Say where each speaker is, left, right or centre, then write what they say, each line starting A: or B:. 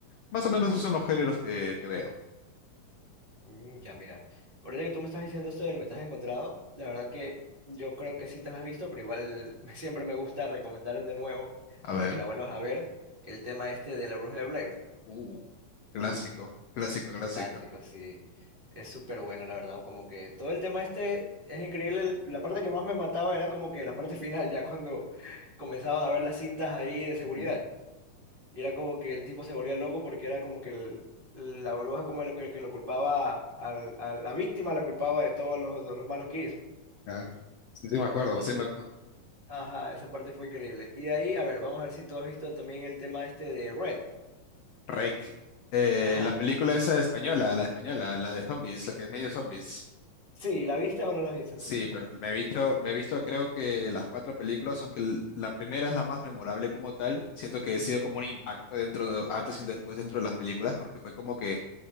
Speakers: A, on the left; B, on the right.
A: Más o menos esos son los géneros que, que veo.
B: Mm, ya, mira. Ahorita que tú me estás diciendo esto del metraje encontrado, la verdad que yo creo que sí te la has visto, pero igual <laughs> siempre me gusta recomendar de nuevo
A: A
B: para
A: ver,
B: que la vuelvas a ver el tema este de la Bruja de Blair.
A: uh, clásico, clásico, clásico.
B: Clásico, sí. Es súper bueno, la verdad. Como que todo el tema este es increíble. el- La parte que más me mataba era como que la parte <laughs> final, ya cuando <laughs> comenzaban a ver las cintas ahí de seguridad.
A: Ujú.
B: Y era como que el tipo se volvía loco porque era como que el- la bruja como lo, que, que lo culpaba, al- a la víctima la culpaba de todos los, de los malos que hizo.
A: Claro. Sí, sí me acuerdo,
B: Entonces,
A: sí me acuerdo.
B: ajá, esa parte fue increíble. Y de ahí, a ver, vamos a ver si tú has visto también el tema este de Red.
A: Rec. Eh,
B: Ajá.
A: la película esa española, la española, la de zombies, la que es medio zombies.
B: Sí, ¿la viste o no la viste?
A: Sí, pero me he visto, me he visto creo que las cuatro películas, aunque l- la primera es la más memorable como tal, siento que he sido como un impacto dentro de, antes y después dentro de las películas, porque fue como que